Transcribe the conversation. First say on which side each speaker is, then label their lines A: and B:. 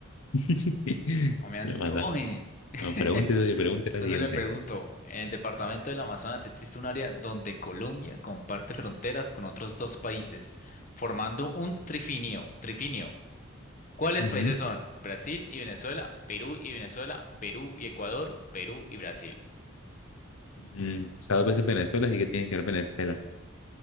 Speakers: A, on the left (about 80°); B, on the left (about 35°).
A: <laughs>
B: ¿O me antoje.
A: Lo mata.
B: <laughs>
A: Bueno, pregunta y doy pregunta
B: Entonces
A: la siguiente.
B: le pregunto, ¿en el departamento del Amazonas existe un área donde Colombia comparte fronteras con otros dos países, formando un trifinio? Trifinio. ¿Cuáles
A: Ujú.
B: países son? Brasil y Venezuela, Perú y Venezuela, Perú y Ecuador, Perú y Brasil.
A: Mm, he estado veces en Venezuela, así que tienes que ver Venezuela.